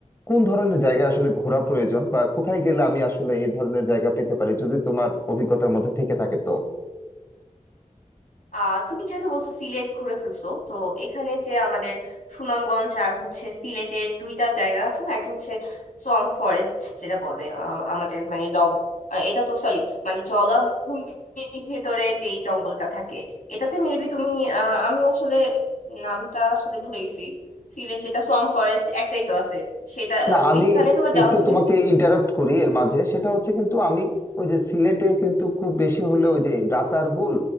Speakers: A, on the left (about 20°); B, on the left (about 80°).
A: কোন ধরনের জায়গা আসলে ঘোরা প্রয়োজন বা কোথায় গেলে আমি আসলে এই ধরনের জায়গা পেতে পারি যদি তোমার অভিজ্ঞতার মধ্যে থেকে থাকে তো
B: আহ তুমি যেহেতু বলছো সিলেট ঘুরে ফেলছো তো এখানে যে আমাদের সুনামগঞ্জ আর হচ্ছে সিলেটের দুইটা জায়গা আছে না একটা হচ্ছে সোয়াম্প ফরেস্ট যেটা বলে আহ, আমাদের মানে লব আহ, এটা তো সরি মানে জলাভূমির ভেতরে যেই জঙ্গলটা থাকে এটাতে মেবি তুমি আহ, আমি আসলে নামটা আসলে ভুলে গেছি সিলেট যেটা সোয়াম্প ফরেস্ট একটাই তো আছে সেটা
A: না
B: ওইখানে
A: আমি
B: তোমার যাওয়া
A: একটু
B: হয়েছে
A: তোমাকে
B: কিনা?
A: ইন্টারাপ্ট করি এর মাঝে সেটা হচ্ছে কিন্তু আমি ওই যে সিলেটে কিন্তু খুব বেশি হলে ওই যে রাতারগুল